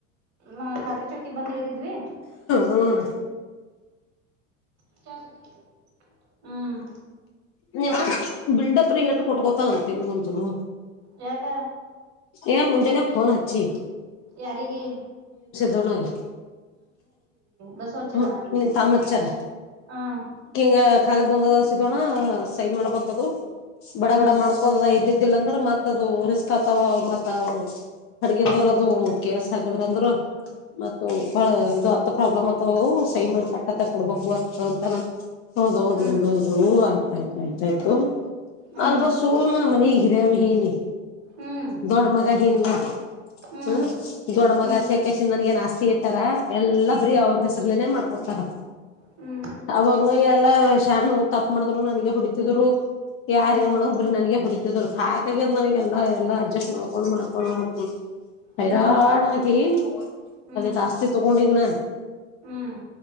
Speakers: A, on the right; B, on the left.
A: ಹ ಖಾದ್ರಿ ಚೌಕಿ ಬಂದ್ ಇಳಿದಿದ್ವಿ
B: ಹ್ಮ್
A: <inaudible> ಹ್ಮ್
B: ನೀವ ಬಿಲ್ಡಪ್ ರಿಯೇಟ್ ಕೊಟ್ಕೋತ ಅಂತೀನಿ ಒಂಚೂರು
A: ಯಾಕ
B: ಏನ ಮುಂಜಾನೆ ಫೋನ್ ಹಚ್ಚಿ
A: ಯಾರಿಗೆ
B: ದೊಣ ರೀ
A: ಬಸ್ಸು ಹಚ್ಚನ
B: ಹ್ಮ ನಿನ್ ತಮ್ಮ ಅಚ್ಚರ
A: ಹ್ಮ್
B: ಹಿಂಗ ಕಾಲ ಬಂದ ದೋಣ ಸೈನ್ ಮಾಡ್ಬೇಕದು ಬಡ
A: ಹ್ಮ್
B: ಬಡ ಮಾಡ್ಕೋ ಇದಿದ್ದಿಲ್ಲ ಅಂದ್ರೆ ಮತ್ತ ಅದು ರಿಸ್ಕ್ ಆ ವ ಮತ್ತ ಅವರು ಅಡ್ಗೆಲ್ದವ್ರ ಅದು ಕೇಸ್ ಹಾಕದ್ರಂದ್ರ ಮತ್ತ ಅ ಇದು ಹತ್ತ ಪ್ರಾಬ್ಲಮ್ ಆತವ ಅವು ಸೈನ್ ಮಾಡ್ ಪಕ್ಕತ ಕೊಡ್ಬೇಕು ಅಂತ ಹೌದ ಹೌದು
A: ಹ್ಮ್
B: ಹೌದ ಹೌದು ಆಯ್ತು ಆ ಆಯ್ತ ಆಯ್ತಾ ಆಯ್ತು
A: ಹ್ಮ್
B: ಅಲ್ವಾ ಸೋ ಮನಗ್ ಹಿರಯ ಹೀನಿ
A: ಹ್ಮ್
B: ದೊಡ್ಡ ಮಗ ಇಲ್ಲ
A: ಹ್ಮ್
B: ಹ್ಮ ದೊಡ್ಡ್ಮಗ
A: ಹ್ಮ್
B: ಸಕ್ಲೇಶ ನನ್ಗಏನ್ ಆಸ್ತ ರಿಯೇಟರ ಎಲ್ಲಾ ಬರೀ ಅವ್ರ ಹೆಸರ್ಲನೇ ಮಾಡ್ಕೊತಾರ
A: ಹ್ಮ್
B: ಅವಾಗನು ಎಲ್ಲಾ ಶಾಣು ತಪ್ಪ ಮಾಡಿದ್ರು ನನಗೆ ಹುಡಿತಿದ್ರು ಯಾರ್
A: ಹ್ಮ್
B: ಏನ್ ಮಾಡುದ್ರು ನನಗೆ ಹೊಡಿತಿದ್ರು ಸಾಕಾಗೆದೆ ನನಗೆ ಎಲ್ಲ ಎಲ್ಲ ಅಡ್ಜಸ್ಟ್ ಮಾಡ್ಕೊಂಡು ಮಾಡ್ಕೊಂಡು ಮಾಡ್ಕೊಂಡು ಹೈರಾಣ
A: ಹ್ಮ್
B: ಹಾಗಿ
A: ಹ್ಮ್
B: ಅದೇ ಜಾಸ್ತಿ ತಗೊಂಡಿದ್ನ
A: ಹ್ಮ್